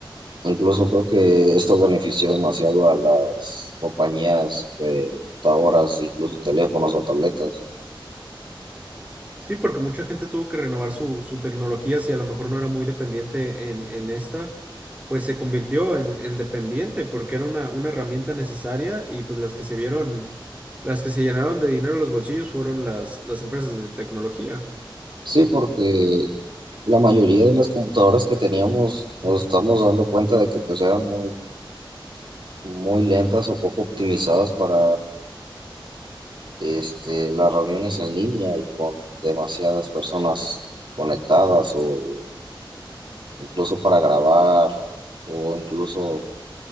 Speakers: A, on the right; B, on the right.
A: Incluso creo que esto benefició demasiado a las compañías de computadoras, incluso teléfonos o tabletas.
B: Sí, porque mucha gente tuvo que renovar su, su tecnología, si a lo mejor no era muy dependiente en, en esta, pues se convirtió en, en dependiente porque era una, una herramienta necesaria y pues las que se vieron, las que se llenaron de dinero los bolsillos fueron las, las empresas de tecnología.
A: Sí, porque la mayoría de las computadoras que teníamos nos estamos dando cuenta de que pues eran muy, muy lentas o poco optimizadas para este, las reuniones en línea y con demasiadas personas conectadas o incluso para grabar o incluso,